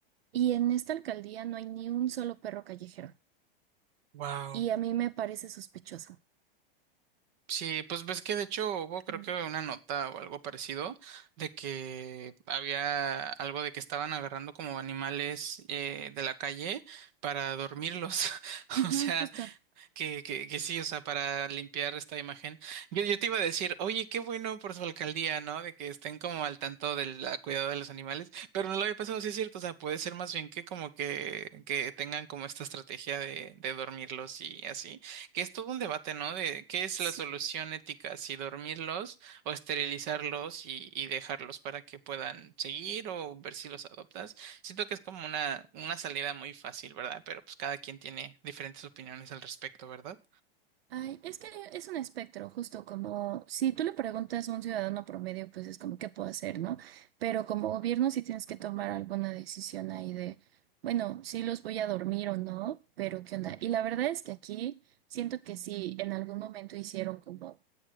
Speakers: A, on the right; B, on the right.
A: y en esta alcaldía no hay ni un solo perro callejero.
B: wow.
A: Y a mí me parece sospechoso.
B: Sí, pues ves que de hecho hubo creo
A: Mm.
B: que una nota o algo parecido de que había algo de que estaban agarrando como animales eh, de la calle para dormirlos. <laughs>
A: Ujú,
B: O sea,
A: justo.
B: que, que, que sí, o sea, para limpiar esta imagen. Yo, yo te iba a decir, oye, qué bueno por su alcaldía, ¿no? De que estén como al tanto del la- cuidado de los animales, pero no lo había pensado, sí es cierto, o sea, puede ser más bien que como que, que tengan como esta estrategia de, de dormirlos y así, que es todo un debate, ¿no? De qué es
A: Sí.
B: la solución ética, si dormirlos o esterilizarlos y, y dejarlos para que puedan seguir o ver si los adoptas. Siento que es como una, una salida muy fácil, ¿verdad? Pero pues cada quien tiene diferentes opiniones al respecto, ¿verdad?
A: Ay, es que es un espectro, justo como si tú le preguntas a un ciudadano promedio, pues es como qué puedo hacer, ¿no? Pero como gobierno sí tienes que tomar alguna decisión ahí de, bueno, sí los voy a dormir o no, pero ¿qué onda? Y la verdad es que aquí siento que sí, en algún momento hicieron como